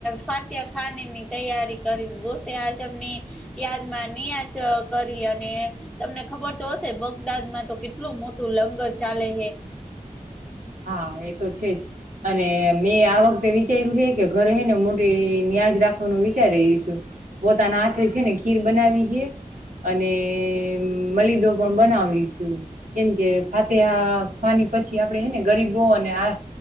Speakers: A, in the centre; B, on the right.
A: ફાતિયા ખાન ની તૈયારી કરી ઘોષ આજમ ની યાદમાં નિયાજ કરી અને તમને ખબર તો હશે બગદાદમાં તો કેટલું મોટું લંગર ચાલે હે
B: હા એ તો છેજ અને મેં આ વખતે વિચાર્યું હ કે ઘરે હ ને મોટી ન્યાજ રાખ ું વિચારી રહ્યું છું પોતાના હાથે છે ને ખીર બનાવી છે અને મલિદો પણ બનાવી છું કેમ કે ફાતે ખની પછી આપડે છેને ગરીબો અને આ